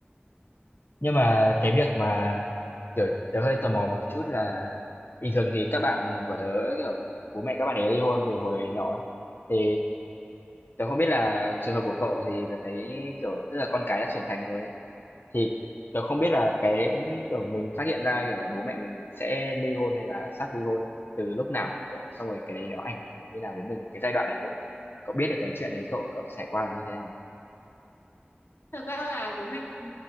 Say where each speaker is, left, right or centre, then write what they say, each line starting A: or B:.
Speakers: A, on the left; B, on the left.
A: Nhưng mà cái việc mà, kiểu, tớ hơi tò mò một chút là bình thường thì các bạn của tớ, kiểu, bố mẹ các bạn ấy ly hôn từ hồi nhỏ ấy, thì tớ không biết là trường hợp của cậu thì tớ thấy, kiểu, tức là con cái đã trưởng thành rồi ấy, thì tớ không biết là cái, kiểu, mình phát hiện ra, kiểu, bố mẹ mình sẽ ly hôn hay là sắp ly hôn từ lúc nào ấy, vậy xong rồi cái đấy nó ảnh hưởng như nào đến mình, cái giai đoạn đấy cậu cậu biết được cái chuyện đấy cậu cậu trải qua là như thế nào?
B: thật ra là bố mẹ ừ,